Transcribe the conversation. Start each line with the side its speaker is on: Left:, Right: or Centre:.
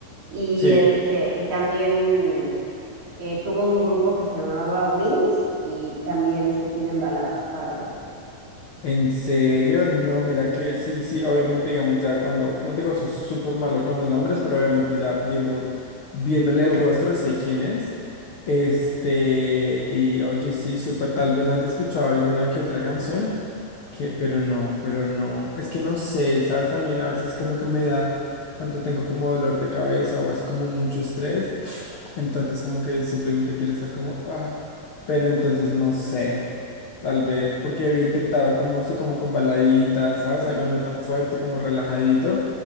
Right: y
Left: Sí.
Right: este, y también eh, tuvo un grupo que se llamaba Wings y también este, tienen baladas padres.
Left: ¿En serio? No, mira que sí, sí, obviamente digamos ya cuando, no te digo soy súper malo con los nombres, pero obviamente ya viendo, viéndole el rostro sé quién es. Este, y oye, sí, súper, tal vez haya escuchado alguna que otra canción. Que, pero no, pero no. Es que no sé, ¿sabes? También a veces como que me da cuando tengo como dolor de cabeza o así como mucho estrés. <sniffs> Entonces como que simplemente quiero estar como, ah, pero entonces no sé. Tal vez, porque había intentado como sí, como con baladitas, ¿sabes?
Right: Ujú,
Left: Algo no tan fuerte, como relajadito,